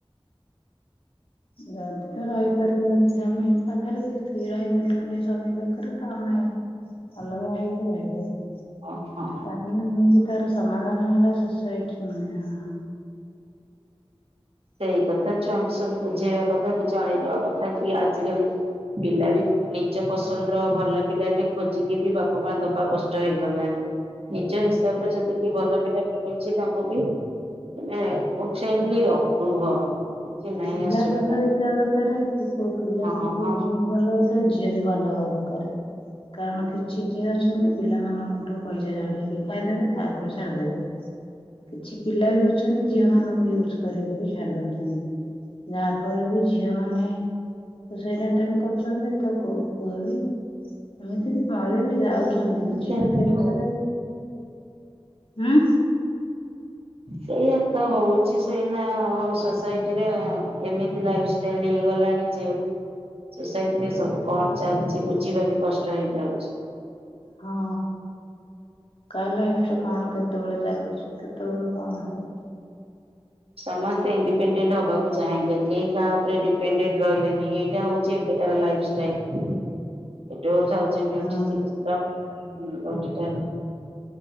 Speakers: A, on the left; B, on the right.
A: ଯଦି ତ ରହିପାରିବନି ସ୍ୱାମି ପାଖରେ, କି ସ୍ତ୍ରୀ ରହିପାରିବନି ସ୍ୱାମି ପାଖରେ ତ ଆମେ
B: ହୁଁ <inaudible>
A: ଅଲଗା ହେଇକି ରହିଵା ଉଚିତ୍,
B: ହଁ।
A: ତା ହଁ ମୁଁ ବି ତାର ସମାଧାନ ହେଲା ସୁସାଇଟ୍ ନୁହେଁ ହଁ ହଁଁ।
B: ସେଇ କଥା ଛୁଆଙ୍କୁ ସବୁ ବୁଝେଇବା କଥା ଜଣେଇଦବା କଥା କି ଆଜି କାଲି ପିଲା ବି ନିଜ ପସନ୍ଦର ଭଲ ପିଲାଟେ ଖୋଜିକି ବି ବାପା ମା ଦବା କଷ୍ଟ ଷ୍ଟ ହେଇଗଲାଣି, ନିଜ ହିସାବରେ ଯଦି କିଏ ଭଲ ପିଲା ଛି ତାଙ୍କୁ ବି ମାନେ ଫ <unintelligible> ର ରୁହ କିଛି ନାହିଁ
A: ପିଲା
B: ଅସୁବିଧା
A: ଭଲ ହେଇଥିବା ଦରକାର, କି କୋଉ ପିଲା
B: ହଁ
A: କେମିତି କୋଉ
B: ହଁ
A: ଝିଅ ଭଲ ହେଇ ତ ଝିଅ ବି ଭଲ ହବା ଦରକାରେ, କାରଣ କିଛି ଝିଅ ଅଛନ୍ତି ପିଲାମାନଙ୍କଠୁ ପଇସା ଝଡେଇକି ଖାଇଦେବେ, ତାପରେ ଛାଡିଦେବେ କିଛି ପିଲା ବି ଅଛନ୍ତି ଝିଅ ମାନଙ୍କୁ ୟୁଜ କରିକି ବି ଛାଡି ଦଉଛନ୍ତି। ଯାହା ଫଳରେ କି ଝିଅ ମାନେ ତ ସୁଇସାଇଟ ଆଟେମ୍ କରୁଛନ୍ତି ତ କୋଉ ପୁଅ ବି ଏମିତି ବି ମରିବି ଯା ଯାଉଛନ୍ତି, କିଛିଟା
B: ସେମିତି
A: କେସ
B: ହଉ
A: ରେ ହୁଁ
B: ସେଇଆ ତ ହଉଛି ସେଇନା ସୋସାଇଟି ରେ ଏମିତି ଲାଇଫ୍ସ୍ ସ୍ପ୍ରେଡ ହେଇଗଲାଣି ଯେ ସୋସାଇଟିରେ ସବୁ କଣ ଚାଲଚି ବୁଝିବା ବି କଷ୍ଟ ହେଇଯାଉଚି।
A: ହଁ। କା ଲାଇଫ ରେ କଣ କେତେବେଳେ ଚାଲୁଛି, କେତେବେଳେ କଣ ହଉଛି?
B: ସମସ୍ତେ ଇଣ୍ଡିପେଣ୍ଡେଣ୍ଟ ହବାକୁ ଚାହିଁଲେ, କେହି କାହା ଉପରେ ଡିପେଣ୍ଡେଣ୍ଟ ରହିଲେନି, ଏଇଟା ହଉଛି କି ଏବେକାର ଲାଇଫଷ୍ଟାଇଲ୍। ଏ ଟୁଉସ ଟଣ୍ଟି
A: ହଁ
B: ସିକ <unintelligible>